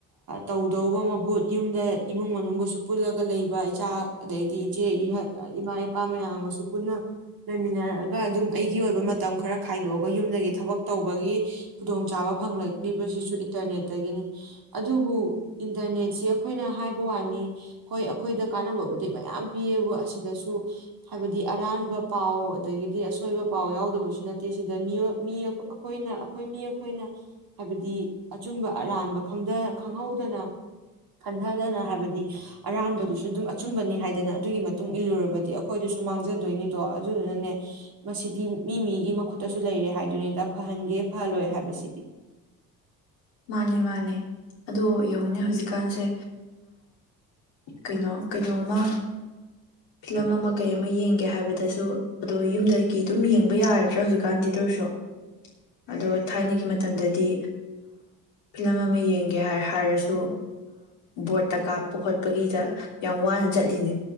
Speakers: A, on the right; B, on the left.
A: ꯇꯧꯗꯧꯕ ꯃꯍꯨꯠ ꯌꯨꯝꯗ ꯏꯃꯨꯡ ꯃꯅꯨꯡꯒꯁꯨ ꯄꯨꯜꯂꯒ ꯂꯩꯕ ꯏꯆꯥ ꯑꯗꯩꯗꯤ ꯏꯆꯦ ꯏꯃꯥ ꯏꯄꯥ ꯃꯌꯥꯝꯒꯁꯨ ꯄꯨꯟꯅ ꯂꯩꯃꯤꯟꯅꯔꯑꯒ ꯑꯗꯨꯝ ꯑꯩꯒꯤ ꯑꯣꯏꯕ ꯃꯇꯝ ꯈꯔ ꯈꯥꯏꯗꯣꯛꯑꯒ ꯌꯨꯝꯗꯒꯤ ꯊꯕꯛ ꯇꯧꯕꯒꯤ ꯈꯨꯗꯣꯡꯆꯥꯥꯕ ꯐꯪꯂꯛꯂꯤꯕꯁꯤꯁꯨ ꯏꯟꯇꯔꯅꯦꯠꯇꯒꯤꯅꯤ ꯑꯗꯨꯕꯨ ꯏꯟꯇꯔꯅꯦꯠꯁꯤ ꯑꯩꯈ ꯑꯩꯈꯣꯏꯅ ꯍꯥꯏꯕ ꯋꯥꯅꯤ ꯍꯣꯏ ꯑꯩꯈꯣꯏꯗ ꯀꯥꯟꯅꯕꯕꯨꯗꯤ ꯃꯌꯥꯝ ꯄꯤꯌꯦꯕꯨ ꯑꯁꯤꯗꯁꯨ ꯍꯥꯏꯕꯗꯤ ꯑꯔꯥꯟꯕ ꯄꯥꯎ ꯑꯗꯒꯤꯗꯤ ꯑꯁꯣꯏꯕ ꯄꯥꯎ ꯌꯥꯎꯗꯕꯁꯨ ꯅꯠꯇꯦ ꯁꯤꯗ ꯑꯩꯈꯣꯏꯅ ꯑꯩꯈꯣꯏ ꯃꯤ ꯑꯩꯈꯣꯏꯅ ꯍꯥꯏꯕꯗꯤ ꯑꯆꯨꯝꯕ ꯑꯔꯥꯟꯕ ꯈꯪꯍꯧꯗꯅ ꯈꯟꯊꯗꯅ ꯍꯥꯏꯕꯗꯤ ꯑꯔꯥꯟꯕꯗꯨꯁꯨ ꯑꯗꯨꯝ ꯑꯆꯨꯝꯕꯅꯤ ꯍꯥꯏꯗꯅ ꯑꯗꯨꯒꯤ ꯃꯇꯨꯡ ꯏꯜꯂꯨꯔꯕꯗꯤ ꯑꯩꯈꯣꯏꯗꯁꯨ ꯃꯥꯡꯖꯗꯣꯏꯅꯤꯗꯣ ꯑꯗꯨꯗꯨꯅꯅꯦ ꯃꯁꯤꯗꯤ ꯃꯤ ꯃꯤꯒꯤ ꯃꯈꯨꯠꯇꯁꯨ ꯂꯩꯔꯦ ꯍꯥꯏꯗꯨꯣꯏꯅꯤꯗ ꯐꯍꯟꯒꯦ ꯐꯍꯜꯂꯣꯏ ꯍꯥꯏꯕꯁꯤꯗꯤ
B: ꯃꯥꯅꯦ ꯃꯥꯅꯦ ꯑꯗꯣ ꯌꯦꯡꯉꯨꯅꯦ ꯍꯧꯖꯤꯛꯀꯥꯟꯁꯦ ꯀꯩꯅꯣ ꯀꯩꯅꯣꯝꯃ ꯐꯤꯂꯝ ꯑꯃ ꯀꯩ ꯑꯃ ꯌꯦꯡꯒꯦ ꯍꯥꯏꯕꯗꯁꯨ ꯑꯗꯣ ꯌꯨꯝꯗꯒꯤ ꯑꯗꯨꯝ ꯌꯦꯡꯕ ꯌꯥꯔꯗ꯭ꯔꯥ ꯍꯧꯖꯤꯛꯀꯥꯟꯗꯤ ꯇꯧꯔꯁꯨ ꯑꯗꯣ ꯊꯥꯏꯅꯒꯤ ꯃꯇꯝꯗꯗꯤ ꯐꯤꯂꯝ ꯑꯃ ꯌꯦꯡꯒꯦ ꯍꯥꯏꯔꯁꯨ ꯕꯣꯔꯠꯇ ꯀꯥꯞꯄ ꯈꯣꯠꯄꯒꯤꯗ ꯌꯥꯝ ꯋꯥꯅ ꯆꯠꯂꯤꯅꯦ